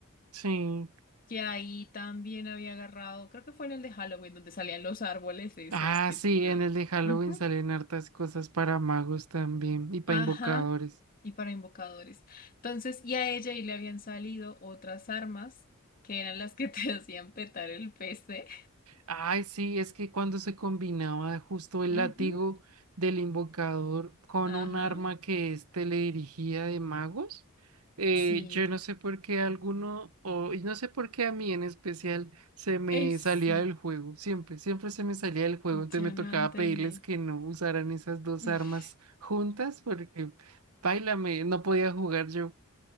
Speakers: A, on the right; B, on the left.
A: Sí.
B: que ahí también había agarrado, creo que fue en el de Halloween, donde salían los árboles esos
A: Ah,
B: que
A: sí,
B: tiran.
A: en el de Halloween
B: Ujú.
A: salen hartas cosas para magos también y para
B: Ajá.
A: invocadores.
B: Y para invocadores. Entonces, y a ella y le habían salido otras armas que eran las que te <laughs> hacían petar el PC.
A: Ay, sí, es que cuando se combinaba justo el
B: <laughs> Ujú.
A: látigo del invocador con
B: Ajá.
A: un arma que éste le dirigía de magos, eh,
B: Sí.
A: yo no sé por qué alguno, o y no sé por qué a mí en especial, se me
B: Eso.
A: salía del juego, siempre, siempre se me salía del juego, entonces
B: Yo
A: me tocaba
B: no entendí.
A: pedirles que no usaran esas dos
B: <laughs>
A: armas juntas porque, páilame, no podía jugar yo.